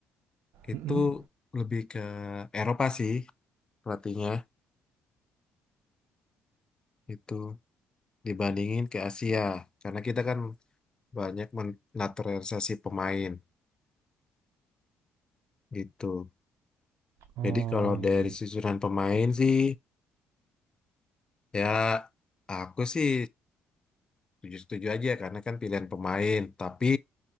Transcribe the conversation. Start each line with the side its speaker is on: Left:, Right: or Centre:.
Left: itu
Right: Mm-mm.
Left: lebih ke Eropa sih pelatihnya itu dibandingin ke Asia karena kita kan banyak menaturalisasi pemain gitu.
Right: Oh
Left: Jadi kalau
Right: iya.
Left: dari
Right: iya.
Left: susunan pemain sih ya aku sih setuju-setuju aja karena kan pilihan pemain tapi